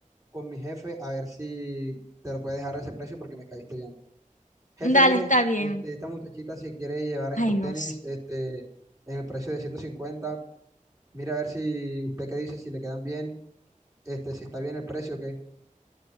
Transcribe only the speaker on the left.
Dale,
está bien.
Ay, no.
sé.